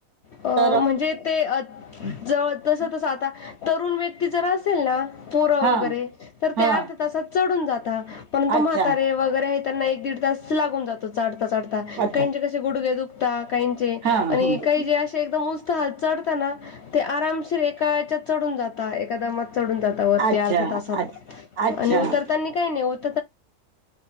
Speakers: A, on the left (about 65°); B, on the right (about 60°).
A: अ
B: तर
A: म्हणजे ते जवळ तसं तसं आता तरुण व्य क्ती जर असेल ना पोरं
B: हा
A: वगैरे तर
B: हा
A: ते अर्ध्या तासात चढून जातात. पंतु
B: अच्छा
A: म्हातारे वगैरे आहे त्यांना एक दीड तास लागून जातो चढता चढता
B: अच्छा
A: काहिंचे कसे गुडगे दुख दा काहींचे
B: हा हम्म
A: तिकडे असे एकदम उत्साहात चढत ना ते आरामशीर एका याच्यात चढून जाता एका दमात चढून जाता वरती
B: अच्छा
A: अर्ध्या तासात
B: अच्छ- अच्छा
A: आणि उतरतानी काही नाही होत